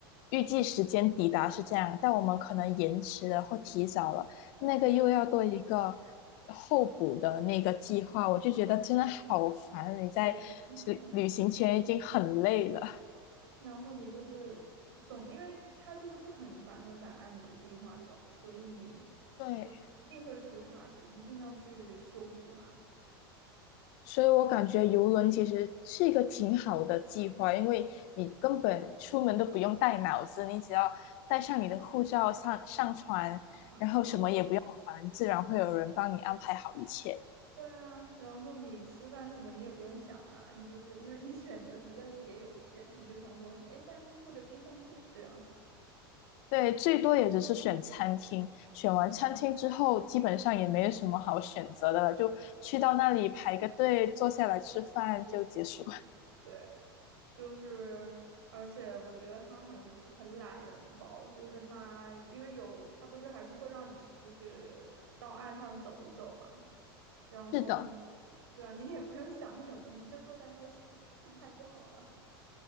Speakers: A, on the left (about 60°); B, on the right (about 90°).
A: 预计时间抵达是这样，但我们可能延迟了或提早了，
B: 对，
A: 那个又要多一个候补的那个计划，我就觉得真的好烦，你在
B: 对，真的很。
A: 旅旅行前已经很累了，
B: 然后你就是总，因为他就是不可能百分百按你的计划走，所以你
A: 对。
B: 就是一定会出岔子，一定要去修补它，
A: 所以我感觉游轮其实是一个挺好的计划，因为你根本出门都不用带脑子，你只要带上你的护照上上船，
B: 管就好了
A: 然后什么也不用烦，自然会有人帮你安排好一切。
B: 对啊，然后你吃饭什么你也不用想啊，你就是因为你 <laughs> 选择实在是也有限，你就想说 A 三 D 或者 B 三 D 这样。
A: 对，最多也只是选餐厅，选完餐厅之后，
B: 对，
A: 基本上也没有什么好选择的了，就去到那里排个队，坐下来吃饭就结束。
B: 就对，就是，而且我觉得他很很懒人包，就是他因为有他不是还是会让你就是到岸上走一走嘛。然后你，
A: <laughs> 是的。
B: 对啊，你也不用想什么，你就坐在那看看就好了。<laughs>